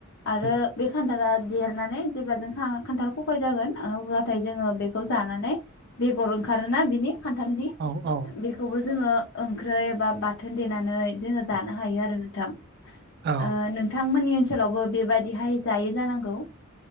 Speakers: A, on the left; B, on the right.
A: आरो
B: औ
A: बे खान्थाला‌ देरनानै जेब्ला जों <unintelligible> खान्थाल खफाय जागोन ओ अब्लाथाय जोङो बेखौ जानानै बेगर ओंखारोना बिनि खान्थालनि
B: औ औ
A: बेखौबो जोङो ओंख्रै बा बाथोन देनानै जोङो जानो हायो आरो नोंथां। ओ
B: औ
A: नोंथां नोंथां मोननि ओनसोलावबो बे बायदिहाय जायो जानांगौ